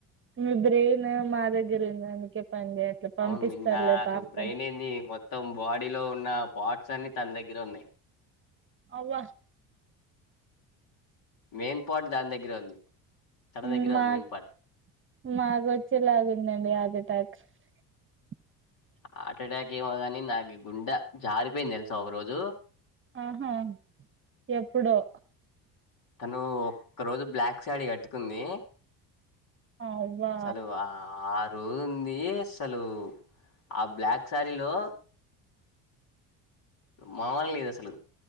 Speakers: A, on the right; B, on the left.
A: మీ బ్రేయిన్ మా దగ్గరుంది అందుకే పని చేయట్లే పంపిస్తారులే
B: అవును నిన్నా
A: పార్సల్
B: బ్రెయిన్ ఏంది మొత్తం బాడీలో ఉన్న పోర్ట్స్ అన్ని తన్ దగ్గరే ఉన్నయి.
A: అవ్వ
B: మెయిన్ పాట్ దాన్ దగ్గరే ఉంది. తన
A: మ్
B: దగ్గర
A: మాక్
B: ఉంది మెయిన్ పార్ట్
A: మాకొచ్చేలాగుందండి హార్టెటాక్ ఆ
B: హార్టెటాక్ ఏమో గని నాకి గుండె జారిపోయింది తెల్సా ఒక రోజు
A: ఆహా ఎప్పుడో?
B: తను ఒక్క రోజు బ్లాక్ సారీ కట్టుకుంది.
A: అవ్వా
B: అసలు ఆ... రోజుంది అస్సలు ఆ బ్లాక్ సారీలో మామూల్గ లేద్ అసలు